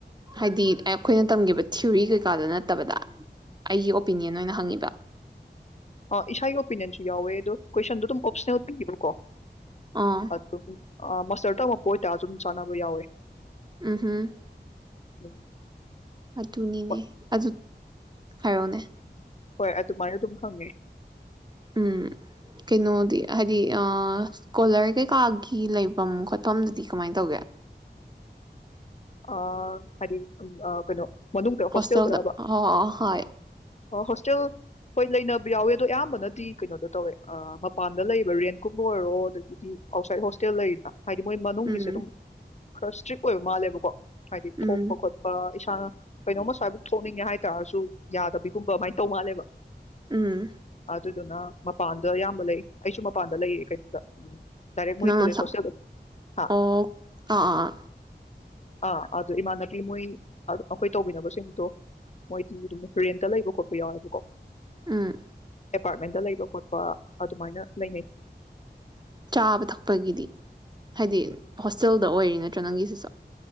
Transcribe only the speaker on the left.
ꯑ, ꯏꯁꯥꯒꯤ ꯑꯣꯄꯤꯅꯤꯌꯟꯁꯨ ꯌꯥꯎꯋꯦ ꯑꯗꯣ ꯀꯣꯏꯁꯟꯗꯣ ꯑꯗꯨꯝ ꯑꯣꯞꯁꯟꯄꯤꯈꯤꯕꯕꯀꯣ
ꯑ ꯑ ꯃꯁꯇꯔꯗ ꯑꯃꯛꯄ ꯑꯣꯏꯇꯥꯔꯁꯨ ꯑꯗꯨꯝ ꯆꯥꯟꯅꯕ ꯌꯥꯎꯋꯦ
ꯑꯗꯨꯝ.
ꯍꯣꯏ
ꯍꯣꯏ ꯑꯗꯨꯃꯥꯏꯅ ꯑꯗꯨꯝ ꯈꯪꯉꯦ
ꯑ ꯍꯥꯏꯗꯤ ꯑ ꯀꯩꯅꯣ ꯃꯅꯨꯡꯗ ꯍꯣꯁꯇꯦꯜꯗꯔꯕ
ꯍꯣꯁꯇꯦꯜ ꯍꯣꯏ ꯂꯩꯅꯕ ꯌꯥꯎꯋꯦ ꯑꯗꯣ ꯑꯌꯥꯝꯕꯅꯗꯤ ꯀꯩꯅꯣꯗ ꯇꯧꯋꯦ ꯃꯄꯥꯟꯗ ꯂꯩꯕ ꯔꯦꯟꯠꯀꯨꯝꯕ ꯑꯣꯏꯔꯣ ꯑꯗꯒꯤꯗꯤ ꯑꯥꯎꯠꯁꯥꯏꯠ ꯍꯣꯁꯇꯦꯜ ꯂꯩꯔꯤꯅ ꯍꯥꯏꯗꯤ ꯃꯣꯏ ꯃꯅꯨꯡꯒꯤꯁꯦ
ꯑꯗꯨꯝ ꯈꯔ ꯏꯁꯇ꯭ꯔꯤꯛ ꯑꯣꯏꯕ ꯃꯥꯜꯂꯦꯕ ꯀꯣ ꯍꯥꯏꯗꯤ ꯊꯣꯛꯄ
ꯈꯣꯠꯄ ꯏꯁꯥꯅ ꯀꯩꯅꯣꯝꯃ ꯁꯥꯏꯐꯛ ꯊꯣꯛꯅꯤꯡꯉꯦ ꯍꯥꯏꯇꯥꯔꯁꯨ ꯌꯥꯗꯕꯤꯒꯨꯝꯕ ꯑꯗꯨꯃꯥꯏꯅ ꯇꯧ ꯃꯥꯜꯂꯦꯕ
ꯑꯗꯨꯗꯨꯅ ꯃꯄꯥꯟꯗ ꯑꯌꯥꯝꯕ ꯂꯩ ꯑꯩꯁꯨ ꯃꯄꯥꯟꯗ ꯂꯩꯌꯦ ꯀꯩꯅꯣꯗ ꯎꯝ ꯔꯦ ꯃꯣꯏ
ꯀ ꯁꯁꯦ ꯍꯥ
ꯑꯥ ꯑꯗꯨꯗ ꯏꯃꯥꯟꯅꯕꯤ ꯃꯣꯏ ꯑꯩꯈꯣꯏ ꯇꯧꯕꯤꯅꯕꯁꯤꯡꯗꯣ ꯃꯣꯏꯗꯤ ꯑꯗꯨꯝ ꯔꯦꯟꯇ ꯂꯩꯕ ꯈꯣꯠꯄ ꯌꯥꯎꯋꯦꯕꯀꯣ
ꯑꯦꯄꯥꯔꯠꯃꯦꯟꯗ ꯂꯩꯕ ꯈꯣꯠꯄ ꯑꯗꯨꯃꯥꯏꯅ ꯂꯩꯅꯩ